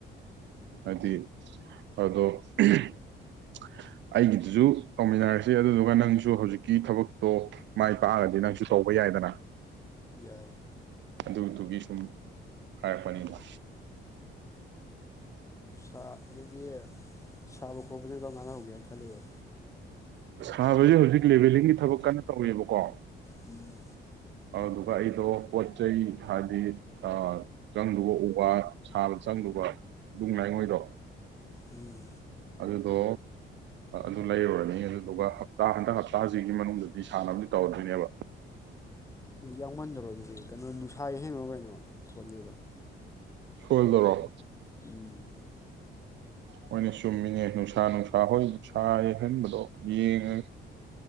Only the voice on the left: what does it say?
ꯌꯥꯏ
ꯁꯥ ꯑꯗꯨꯗꯤ ꯁꯥꯕ ꯈꯣꯠꯄꯁꯦ ꯀꯝꯀꯥꯟ ꯍꯧꯒꯦ ꯈꯜꯂꯤꯕ
ꯎꯝ
ꯎꯝ
ꯌꯥꯎꯃꯟꯗꯔꯣ ꯑꯗꯨꯗꯤ ꯀꯩꯅꯣ ꯅꯨꯡꯁ ꯌꯩꯍꯟꯒꯅꯣ ꯀꯩꯅꯣ ꯊꯣꯠꯅꯦꯕ
ꯎꯝ